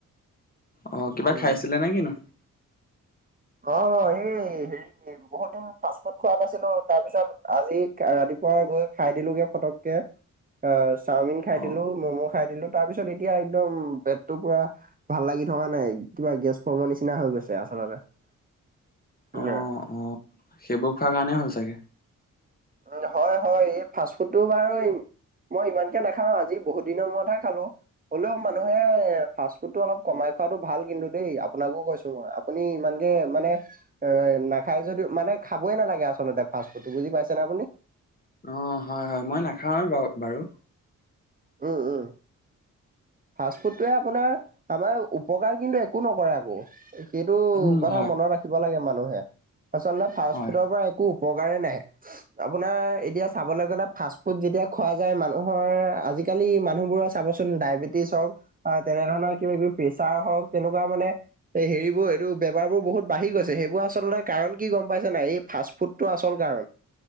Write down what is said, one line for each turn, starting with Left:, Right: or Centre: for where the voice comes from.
Left: অ, কিবা
Right: উম।
Left: খাইছিলে নে কিনো?
Right: অ, এই হেৰি বহুত দিন ফাষ্ট ফুড খোৱা নাছিলো তাৰ পিছত আজি ৰাতিপুৱা গৈ খাই দিলোগে ফটককে। আহ চাওমিন খাই
Left: অঁ
Right: দিলো ম'ম' খাই দিলো তাৰ পিছত এতিয়া একদম বেটটো পুৰা ভাল লাগিল। থকা নাই কিবা গেছ ফবৰ নিচিনা হৈ গৈছে আচলতে
Left: অঁ
Right: হ।
Left: অঁ সেইবোৰ খোৱাৰ কাৰণেই হ'ল চাগে।
Right: উ হয় হয় এই ফাষ্ট ফুডটোও বাৰু। মই ইমানকে নাখাও আজি বহুত দিনৰ মূৰতহে খালো। হ'লেও মানুহে ফাষ্ট ফুডটো অলপ কমাই খোৱাটো ভাল কিন্তু দেই আপোনাকো কৈছো মই আপুনি ই। মানে নাখাই যদিও মানে খাবই নালাগে আচলতে ফা ফুড বুজি পাই। আপুনি?
Left: অঁ হয় হয় মই নাখাওঁ আৰু ব বাৰু। <inaudible>
Right: উম উম। ফাষ্ট ফুডটোৱে আপোনাৰ আমাৰ উপকাৰ কিন্তু একো নকৰে আকৌ। সেইটো
Left: উম
Right: কথা
Left: হয়
Right: মনত ৰাখিব লাগে মানুহে আচলতে ফাষ্ট
Left: হয়
Right: ফুডৰ পৰা একো। উপকাৰে নাই। আপোনাৰ এতিয়া চাবলৈ গ'লে ফাষ্ট ফুড যেতিয়া খোৱা যায় মানুহৰ আজি। আজিকালি মানুহবোৰৰ চাবচোন ডায়েবেটিছ হওক তেনে ধৰণৰ কিবা কিবি প্ৰেচাৰ হওক তেনেকুৱা মানে। এই হেৰিবোৰ এইটো বেমাৰ বোৰ বহুত বাঢি গৈছে সেইবোৰ আচলতে কাৰণ কি গম পাইছে নাই এই ফাষ্ট ফুডতটো আচলতে। কাৰ